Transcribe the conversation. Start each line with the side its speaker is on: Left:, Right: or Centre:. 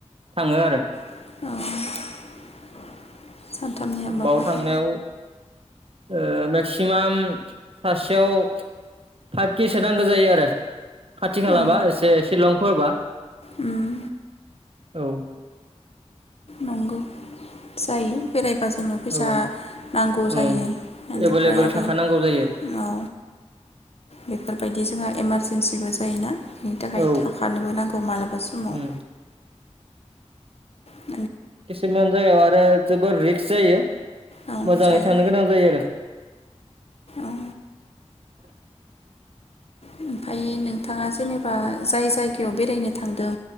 Right: थाङो आरो।
Left: <inaudible> सानथामनि हाबाफारि
Right: बाव थांनायाव ओ मेक्सिमाम सासेयाव फाइभ केसो नांगौ जायो आरो खाथि खालाबा
Left: औ
Right: एसे शिलंफोरबा।
Left: उम
Right: औ
Left: नंगौ जायो बेरायबा ज नो फैसा
Right: औ
Left: नांगौ जायो
Right: ओं
Left: बेनिफ्राय
Right: एभेलेबोल
Left: आरो
Right: थाखानांगौ जायो
Left: औ बेफोरबायदि जोंहा इमारजेन्सिबो ज बिनि थाखाय
Right: औ
Left: थाखानोबो नांगौ मालाबा समाव।
Right: उम
Left: उम
Right: खिसुमान जागायाव आरा जोबोर रिक स जायो।
Left: ओ औ
Right: मोजाङै
Left: जायो
Right: थांनो गोनां जायो आरो।
Left: औ
Right: <inaudible>
Left: ओमफाय नोंथाङा जेनेबा जाय जायगायाव बेरायनो थांदों